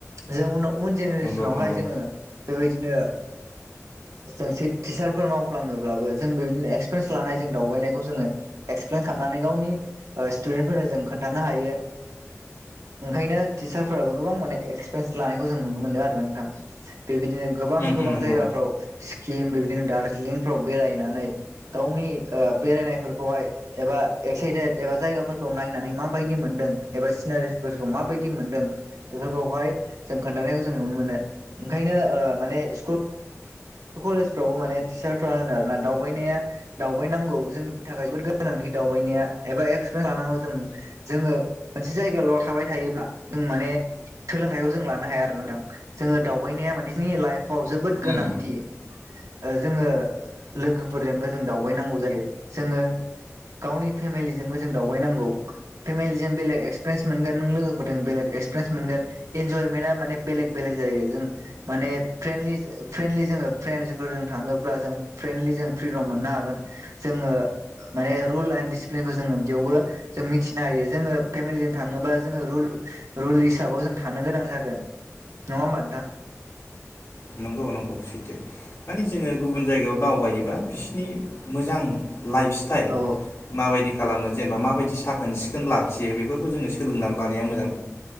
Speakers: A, on the right; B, on the left.
A: जों उनाव उन जेनेरेसनावहाय
B: नंगौ नंगौ
A: जोङो बेबायदिनो। जों से टिचारफोर मावफ्लाङोब्लाबो जों बेबायदिनो एक्सपिरियेन्स लानाय जों दावबायनायखौ जोङो एक्सप्लेन खाम नानै गावनि ओ सटुदेनफोरनो जों खोन्थानो हायो। ओंखायनो टिचारफोराबो गोबां माने एक्सपिरियेन्स लानायखौ जों नुनो मोनदों आरो ना नोंथां बेबायदिनो गोबां
B: उम
A: गोबां
B: उम नंगौ
A: जायगाफ्राव सिक्किम बेबायदिनो दार्जिलिंफोराव बेरायनानै। गावनि ओ बेरायनायफोरखौहाय एबा एक्साइटेड एबा जायगाफोरखौ नायनानै माबायदि मोन दों एबा सिनारिफोरखौ माबायदि मोनदों बेफोरखौहाय जों खोन्थानायखौ जों नुनो मोनो। ओंखायनो ओ माने स्कुल कलेजफ्रावबो माने टिचारफ्रा होनो आरोना दावबायनाया दावबायनांगौ जोंनि थाखाय जोबोद गोनांथि। दावबायनाया एबा एक्सपिरियेन्स लानांगौ जों जोङो मोनसे जायगाल' थाबाय थायोब्ला जों माने सोलोंथाइखौ जों लानो हाया आरो नोंथां जोङो दावबायनाया माने जोंनि लाइफाव जोबोद गोनांथि।
B: उम
A: ओ जोङो लोगोफोरजोंबो जों दावबायनांगौ जायो जोङो गावनि फेमिलिजोंबो जों दावबायनांगौ फेमिलिजों बेलेग एक्सप्रेस मोनगोन नों लोगोफोरजों बेलेग ए एक्सप्रेस मोनगोन इन्जयमेन्टा माने बेलेग बेलेग जायो जों माने फ्रेन्डलि ओ फ्रेन्डलि जोङो फ्रेन्जफोरजों थाङोब्ला जों फ्रेन्दलि जों फ्रिदम मोननो हागोन जोङो माने रुल एन डिसिप्लिनखौ जोङो बेयावबो जों मिथिनो हायो जोङो फेमिलिजों थाङोबा जोङो रुल रुलिस साबाव जों थानो गोनां जागोन नङा होमबा नोंथां?
B: नंगौ-नंगौ सैथो मानि जोङो गुबुन जायगायाव दावबायोबा बिसिनि मोजां। लाइफ स्टाइल
A: औ
B: माबायदि खाला थोन लाखियो बेफोरखौ जोङो सोलोंनानै लानाया मोजां